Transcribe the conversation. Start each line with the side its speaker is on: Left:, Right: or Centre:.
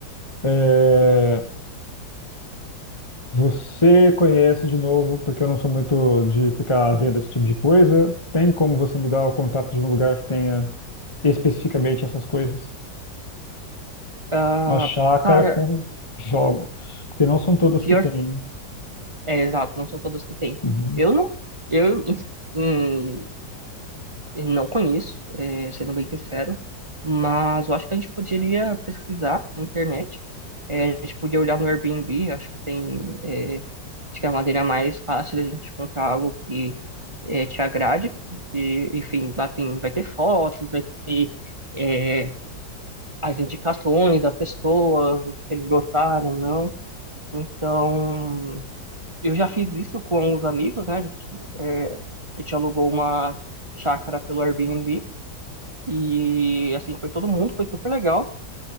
Left: É, Você conhece de novo, porque eu não sou muito de ficar vendo esse tipo de coisa. Tem como você me dar o contato de um lugar que tenha especificamente essas coisas?
Right: Ah,
Left: Uma chácara
Right: cara,
Left: com jogos, porque não são todas
Right: pior,
Left: que têm.
Right: é exato, não são todas que tem.
Left: Uhum.
Right: Eu não, eu em, Eu Não conheço, é, sendo bem sincero, mas eu acho que a gente poderia pesquisar na internet. É, a gente podia olhar no Airbnb, acho que tem, é, acho que é a maneira mais fácil da gente encontrar algo que é, te agrade. E, enfim, lá tem, vai ter fotos, vai ter é, as indicações das pessoas, se eles gostaram ou não. Então, eu já fiz isso com os amigos, né? A gente, é, a gente alugou uma chácara pelo Airbnb. E assim, foi todo mundo, foi super legal.